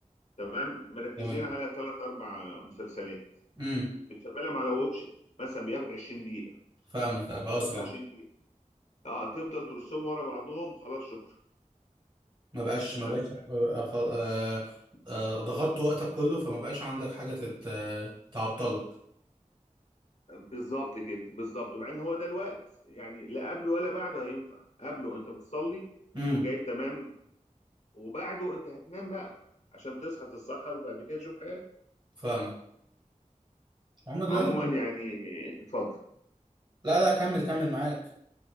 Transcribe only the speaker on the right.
تمام
امم
فاهمك ابقى اسرع
ما بقاش
ما بقاش ما بقى خل... آه... آه... ضغطت وقتك كله فما بقاش عندك حاجه تت... آه، تعطلك
امم
فاهمك هم دلوقتي
ب-
لا لا كمل كمل معاك